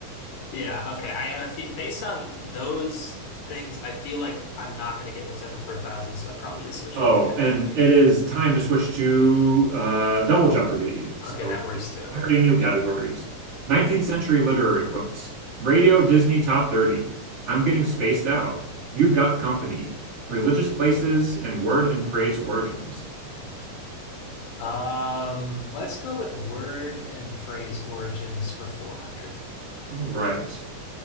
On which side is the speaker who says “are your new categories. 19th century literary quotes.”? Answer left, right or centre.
Right